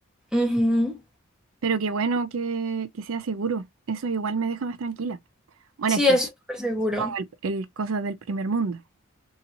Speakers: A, in the centre; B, on the right (about 65°).
A: Ujú.
B: Pero qué bueno que, que sea seguro. Eso igual me deja más tranquila. Bueno,
A: Sí,
B: es que
A: es súper seguro.
B: pongo el, el cosas del primer mundo.